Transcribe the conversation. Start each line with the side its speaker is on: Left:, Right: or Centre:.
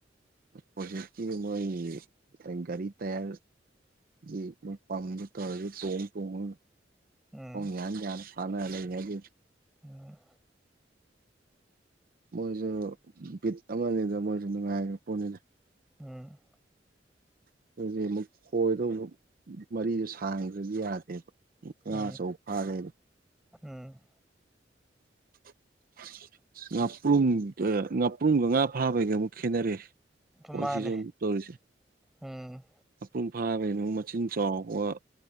Right: ꯄ꯭ꯔꯣꯖꯤꯛꯀꯤ ꯃꯣꯏꯒꯤ ꯒꯥꯔꯤ ꯇꯌꯥꯔ ꯌꯦ ꯃꯣꯏ ꯄꯝꯕ ꯇꯥꯔꯦ ꯇꯣꯡꯉ
Centre: ꯎꯝ
Right: ꯇꯣꯡꯉ ꯍ ꯌꯥꯅꯤ ꯌꯥꯅ ꯐꯥ ꯂꯩ ꯍꯥꯏꯒ
Centre: ꯎꯝ
Right: ꯃꯣꯏꯁꯨ ꯕꯤꯠ ꯑꯃꯅꯤꯗ ꯃꯣꯏꯁꯨ ꯅꯨꯡꯉꯥꯏꯔꯦ ꯄꯣꯠꯅꯤꯗ
Centre: ꯎꯝ
Right: <inaudible> ꯑꯗꯨꯣꯏꯖꯤꯦ ꯑꯃꯨꯛ ꯈꯣꯏꯗꯧꯕ ꯃꯔꯤꯗꯨ ꯁꯥꯡꯗ꯭ꯔꯗꯤ ꯌꯥꯗꯦꯕ ꯉꯥ
Centre: ꯎꯝ
Right: ꯑꯆꯧ ꯐꯥ ꯎꯝ
Centre: ꯎꯝ
Right: <inaudible> <inaudible> ꯉꯥꯄ꯭ꯔꯨꯝ ꯉꯥꯄ꯭ꯔꯨꯝꯒ ꯉꯉꯥ ꯐꯥꯕꯩꯒ ꯑꯃꯨꯛ ꯈꯦꯅꯔꯦ
Centre: ꯑꯗꯨ
Right: ꯃꯣꯏꯁꯤꯁꯨ
Centre: ꯃꯥꯅꯦ
Right: ꯇꯧꯔꯤꯁ
Centre: ꯎꯝ
Right: ꯃꯄꯨꯡ ꯐꯥꯕꯒꯤꯩꯅꯣ ꯃꯆꯤꯟ ꯆꯥꯎꯕ